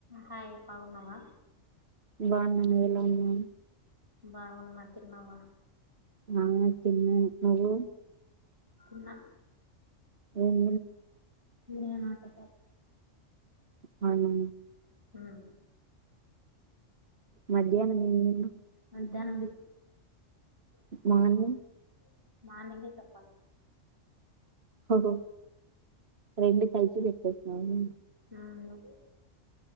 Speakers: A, on the right; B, on the right.
A: Hi బాగున్నావా
B: బాగున్నా నువ్వు ఎలా ఉన్నావు
A: బాగున్న తిన్నావా
B: ఆ తిన్న నువ్వు
A: తిన్నా
B: ఏం తిన్నావ్
A: నేనా చపాతి
B: అవునా
A: ఆ
B: మధ్యనం ఏం తిన్నావ్
A: మధ్యాహ్నం బిర్యానీ
B: మార్నింగ్
A: మార్నింగే చపాతి
B: ఓహో రెండు పైకి చెప్పేసినావా
A: ఉ నువ్వు